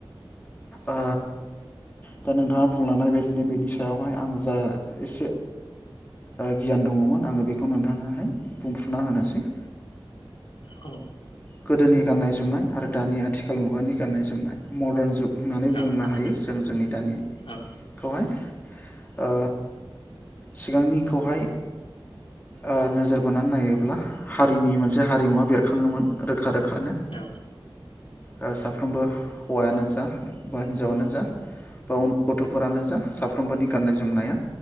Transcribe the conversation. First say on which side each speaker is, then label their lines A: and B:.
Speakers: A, on the left (about 20°); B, on the left (about 85°).
A: ओ दा नोंथाङा बुंलांनाय बायदिनो बेनि सायावहाय आं जा एसे ओ गियान दङमोन आङो बे खौ नोंथांनोहाय बुंफ्रुना होनोस <unintelligible>
B: औ
A: गोदोनि गाननाय जोमनाय आरो दानि आथिखाल मुगानि गाननाय जोमनाय मदार्न जुग होननानै
B: औ
A: बुंनो हायो जों जोंनि दानिखौहाय
B: औ
A: ओ सिगांनिखौहाय ओ नोजोर बोनानै नायोब्ला हारिनि मोनसे हारिमुवा बेरखाङोमोन रोखा रो खानो
B: औ
A: ओ साफ फ्रोमबो हौवायानो जा बा हिनजावानो जा बा उन गथफोरानो जा साफ्रोमबोनि गाननाय जोमनाया